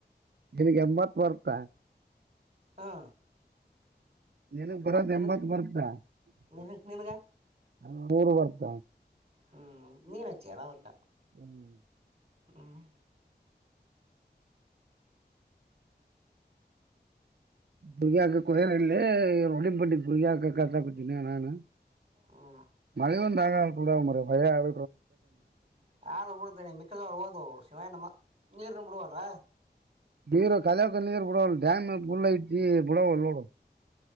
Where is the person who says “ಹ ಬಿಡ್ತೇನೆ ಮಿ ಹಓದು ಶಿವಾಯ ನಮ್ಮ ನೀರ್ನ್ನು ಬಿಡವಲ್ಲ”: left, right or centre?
Right